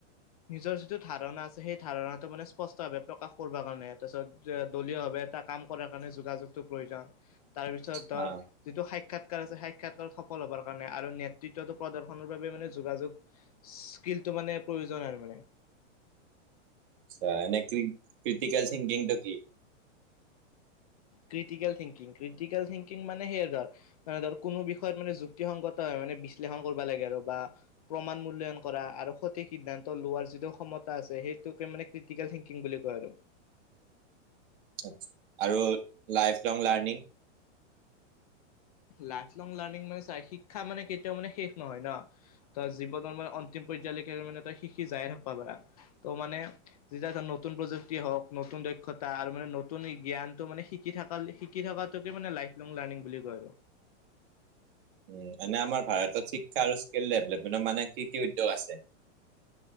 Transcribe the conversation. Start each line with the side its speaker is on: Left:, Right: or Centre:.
Left: নিজৰ যিটো ধাৰণা আছে সেই ধাৰণাটো মানে স্পষ্টভাৱে প্ৰকাশ কৰবা কাৰণে। তাৰপিছত দলীয়ভাৱে এটা কাম কৰাৰ কাৰণে যোগাযোগটো প্ৰয়োজন। তাৰপিছত ধৰ,
Right: হা
Left: যিটো সাক্ষাৎকাৰ আছে সাক্ষাৎকাৰত সফল হ'বৰ কাৰণে আৰু নেট দ্বিতীয়টো প্ৰদৰ্শনৰ বাবে মানে যোগাযোগ স্কিলটো মানে প্ৰয়োজন আৰু মানে।
Right: ছা, এনে কি ক্ৰিটিকেল চিংগিংটো কি?
Left: ক্ৰিটিকেল থিংকিং, ক্ৰিটিকেল থিংকিং মানে সেইয়ে ধৰ- মানে ধৰ, কোনো বিষয়ত মানে যুক্তিসংগতা হয় মানে বিশ্লেষণ কৰিব লাগে আৰু বা- প্ৰমাণ মূল্যয়ন কৰা আৰু সঠিক সিদ্ধান্ত লোৱাৰ যিটো ক্ষমতা আছে সেইটোকে মানে- ক্ৰিটিকেল থিংকিং বুলি কয় আৰু।
Right: আৎচ্ছা আৰু life long learning.
Left: Life long learning মানে চা শিক্ষা মানে কেতিয়াও মানে শেষ নহয় ন। তই জীৱনৰ মানে অন্তিম পৰ্য্যায়লৈকে মানে তাই শিখি যায়ে থাকবা পাৰা। ত' মানে- যেতিয়া ধ নতুন প্ৰযুক্তি হওক, নতুন দক্ষতা আৰু মানে নতুন জ্ঞানটো মানে শিকি থাকালি শি- কি থকাটোকে মানে লাইফ লং লাৰ্ণিং বুলি কয় আৰু।
Right: উম, মানে আমাৰ ভাৰতত শিক্ষা আৰু স্কিল ডেভেলপমেণ্টৰ মানে কি কি উদ্যোগ আছে?